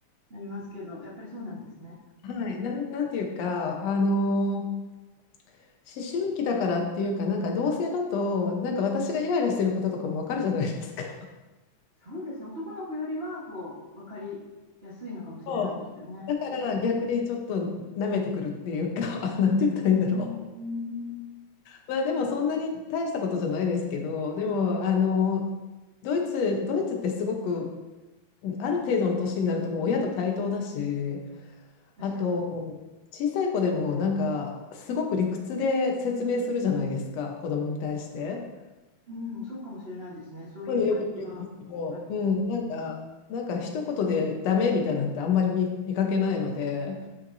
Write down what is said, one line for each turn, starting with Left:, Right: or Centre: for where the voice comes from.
Right: ありますけど、やっぱりそうなんですね。
Left: はい。なん、なんていうか、あのー思春期だからっていうか、なんか同性だと、なんか私がイライラしてることとかも分かるじゃないですか。
Right: そうですね。男の子よりは、こう、分かりやすいのかもしれないですよね。
Left: そうだから逆にちょっと舐めてくるっていうか <laughs> なんて言ったらいいんだろう。
Right: うーん、
Left: まあでもそんなに大したことじゃないですけど、でもあのドイツ、ドイツってすごくある程度の年になるともう親と対等だし、
Right: 確かに。
Left: あと小さい子でもなんかすごく理屈で説明するじゃないですか、子供に対して。
Right: うん、そうかもしれないですね。そういう教育がある。
Left: そういうのよく言うんですけど、うん、なんか、なんか一言でダメみたいなのってあんまり見、見かけないので。